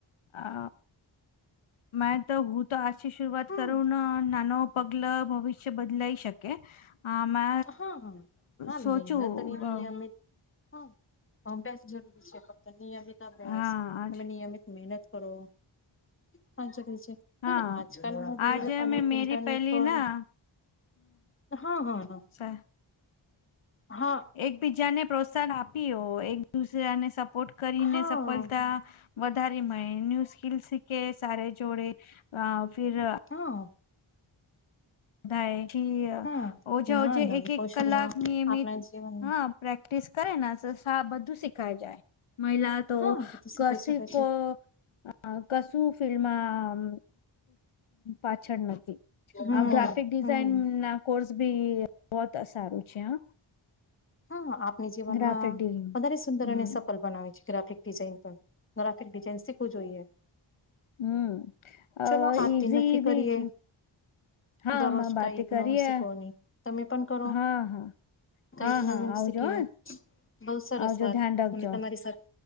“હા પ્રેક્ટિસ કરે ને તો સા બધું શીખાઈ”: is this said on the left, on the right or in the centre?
Left